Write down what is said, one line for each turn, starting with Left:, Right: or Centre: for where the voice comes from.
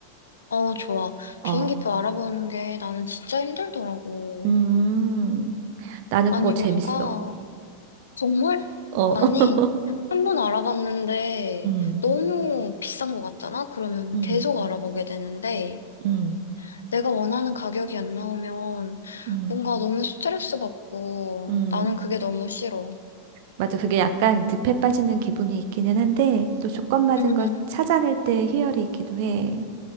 Left: 어, 좋아.
Right: 어.
Left: 비행기표 알아보는 게 나는 진짜 힘들더라고.
Right: 음. 나는
Left: 아니,
Right: 그거 재밌어.
Left: 뭔가, 정말?
Right: 어,
Left: 아니,
Right: <laughs>
Left: 한 번 알아봤는데
Right: 음,
Left: 너무 비싼 것 같잖아? 그러면
Right: 음,
Left: 계속 알아보게 되는데
Right: 음,
Left: 내가 원하는 가격이 안 나오면
Right: 음,
Left: 뭔가 너무 스트레스 받고
Right: 음.
Left: 나는 그게 너무 싫어.
Right: 맞아. 그게 약간 늪에 빠지는 기분이 있기는 한데, 또 조건 맞은
Left: 음,
Right: 걸 찾아낼 때 희열이 있기도 해.